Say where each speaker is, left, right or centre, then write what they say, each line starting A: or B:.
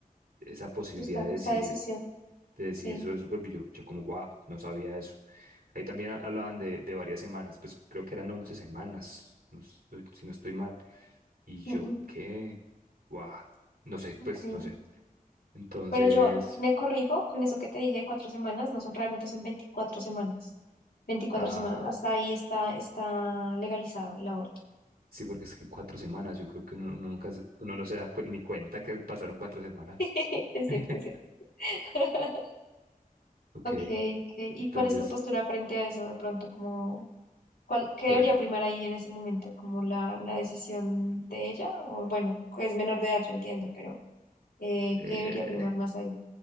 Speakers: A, on the right; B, on the left.
A: esa posibilidad
B: está
A: de
B: esa
A: decidir,
B: decisión,
A: de decidir
B: sí.
A: sobre su cuerpo. Y yo, yo como, wow, no sabía eso. Ahí también ha- hablaban de, de varias semanas, pues creo que eran 11 semanas, no estoy- si no estoy mal. Y yo,
B: Mm, mm,
A: ¿qué? Guau, no sé,
B: ok.
A: pues no sé. Entonces,
B: Pero yo me corrijo con eso que te dije de cuatro semanas, no son realmente son 24 semanas. veinticuatro
A: Ah,
B: semanas, hasta ahí está, está legalizado el aborto.
A: sí, porque es que cuatro semanas, yo creo que uno, uno nunca, se- uno no se da cuen- ni cuenta que pasaron cuatro semanas.
B: <laughs> Es
A: <laughs>
B: cierto, es cierto. <laughs>
A: Ok,
B: Ok, ok. ¿Y cuál
A: entonces,
B: es tu postura frente a eso de pronto? como ¿Cuál, qué
A: pues,
B: debería primar ahí en ese momento? ¿Como la, la decisión de ella? O bueno, es menor de edad, yo entiendo, pero eh,
A: eh,
B: ¿qué debería primar más ahí?